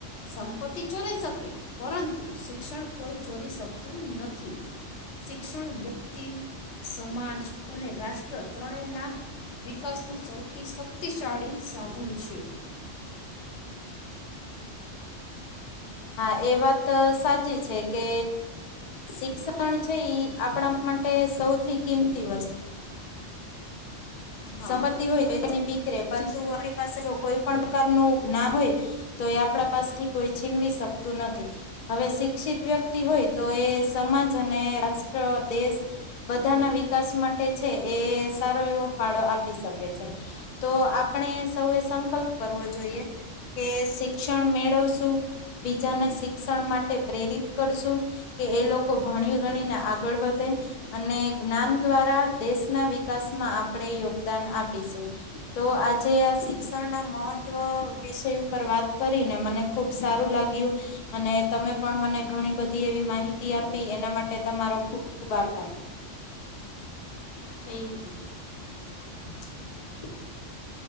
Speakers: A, on the left (about 70°); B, on the left (about 85°).
A: સંપત્તિ ચોરાય શકે પરંતુ શિક્ષણ કોઈ ચોરી શકતું નથી શિક્ષણ વ્યક્તિ સમાજ અને રાષ્ટ્ર ત્રણેય ના વિકાસનું સૌથી શક્તિશાળી સાધન છે
B: હા એ વાત સાચી છે કે શિક્ષણ છે ઈ આપણા માટે સૌથી કિંમતી વસ્તુ
A: હા
B: સમજતી હોય બીકરે પરંતુ આપણી પાસે જો કોઈ પણ પ્રકાર નુ ના હોય તો એ આપણા પાસેથી કોઈ છીનવી શકતું નથી હવે શિક્ષિત વ્યક્તિ હોય તો એ સમાજ અને રાષ્ટ્ર દેશ બધાના વિકાસ માટે છે એ સારો ફાળો આપી શકે છે તો આપણે સૌ એ સંકલ્પ કરવો જોઈએ કે શિક્ષણ મેળવશું બીજાને શિક્ષણ માટે પ્રેરિત કરશું કે એ લોકો ભણી ગણીને આગળ વધે અને જ્ઞાન દ્વારા દેશના વિકાસ માં આપણે યોગદાન આપીશું તો આજે આ શિક્ષણના મહત્વ વિષય ઉપર વાત કરીને મને ખુબ સારું લાગ્યું અને તમે પણ મને ઘણી બધી એવી માહિતી આપી એના માટે તમારો ખૂબ ખૂબ આભાર
A: થેન્ક યુ
B: <inaudible>